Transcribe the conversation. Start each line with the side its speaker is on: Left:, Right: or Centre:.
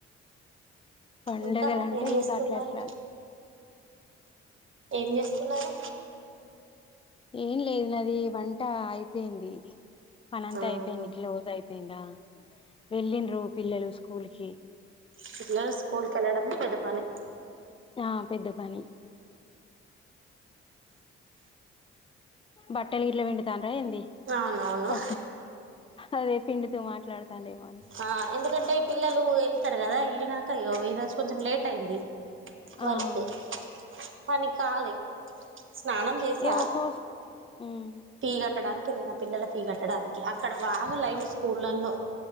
Left: పండగల
Right: ఇంకా
Left: అంటే
Right: ఏం చేస్తున్నారు
Left: ఇంక అట్లట్ల
Right: ఏం చేస్తున్నారు
Left: ఏం లేదు నాది వంట అయిపోయింది పనంతా
Right: ఉమ్
Left: అయిపోయింది క్లోజ్ అయిపోయిందా వెళ్ళండ్రు పిల్లలు స్కూల్ కి
Right: పిల్లలు స్కూల్కి వెళ్ళడం పెద్ద పని
Left: ఆ పెద్ద పని బట్టలు గిట్ల పిండితండ్ర ఏంది
Right: అవునవును
Left: సో అదే పిండుతూ మాట్లాడుతాండేమ
Right: ఆ ఎందుకంటే పిల్లలు ఎళ్తారు కదా వెళ్ళినాక ఇగో ఈరోజు కొంచెం లేట్ అయింది
Left: ఆ
Right: వర్కు
Left: అవును
Right: పని కాలే స్నానం చేసా
Left: ఏ ఒకోస్ మ్మ్
Right: ఫీ కట్టడానికి తున్న మా పిల్లల ఫీ కట్టడానికి అక్కడ బాగా లైను స్కూళ్లల్లో